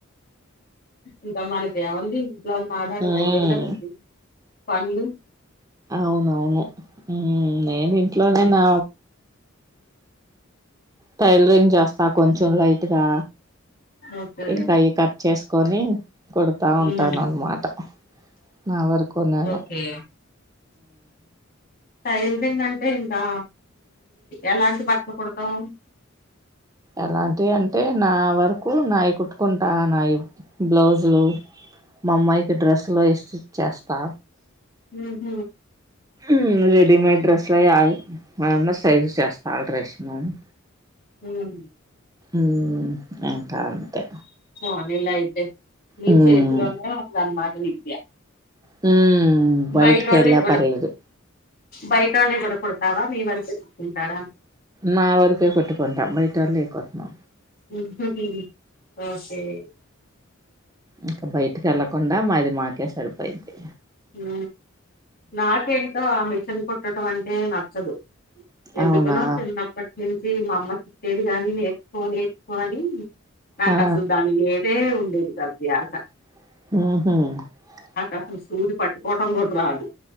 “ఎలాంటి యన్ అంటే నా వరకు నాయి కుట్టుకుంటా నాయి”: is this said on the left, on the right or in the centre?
Right